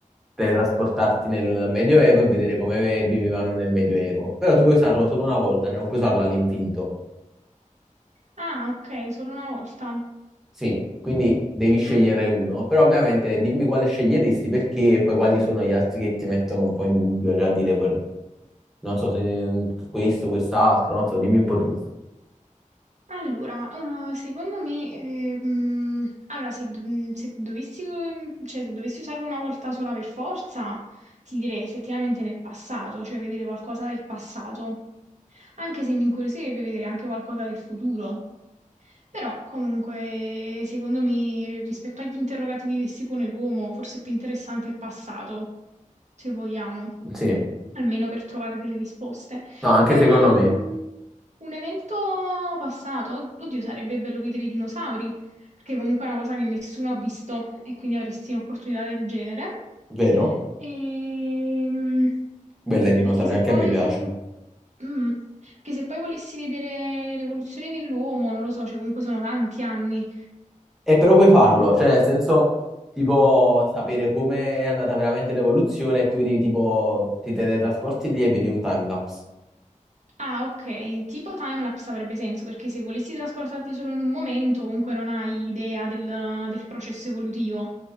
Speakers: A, in the centre; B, on the right.
A: teletrasportarti nel Medioevo e vedere come vivevano nel Medioevo. Però tu puoi usarlo solo una volta, cioè non puoi usarlo all'infinito.
B: Ah, ok, solo una volta.
A: Sì, quindi devi scegliere
B: Mm.
A: uno, però ovviamente dimmi quale sceglieresti perché e poi quali sono gli altri che ti mettono un po' in dubbio, cioè a dire vor- non so se mm, questo, quest'altro, non so, dimmi un po' tu.
B: Allora, eh, secondo me, ehm, allora, se, do- mm, se dovessi, eh, cioè, se dovessi usarlo una volta sola per forza, ti direi effettivamente nel passato, cioè vedere qualcosa del passato, anche se mi incuriosirebbe vedere anche qualcosa del futuro. Però, comunque, secondo me, rispetto agli interrogativi che si pone l'uomo, forse è più interessante il passato, se vogliamo.
A: Sì,
B: almeno per trovare delle risposte.
A: no, anche
B: È
A: secondo
B: un,
A: me,
B: un evento passato, oddio, sarebbe bello vedere i dinosauri, perché comunque è una cosa che nessuno ha visto e quindi avresti un'opportunità del genere.
A: vero?
B: Ehm,
A: Bella i dinosauri,
B: perché se
A: anche
B: poi,
A: a me piace.
B: mm, perché se poi volessi vedere l'evoluzione dell'uomo, non lo so, cioè comunque sono tanti anni.
A: E però puoi farlo,
B: Mm.
A: cioè nel senso tipo sapere come è andata veramente l'evoluzione e tu vedi tipo ti teletrasporti lì e vedi un timelapse.
B: Ah, ok, tipo timelapse avrebbe senso perché se volessi trasportarti solo in un momento, comunque non hai idea del, del processo evolutivo.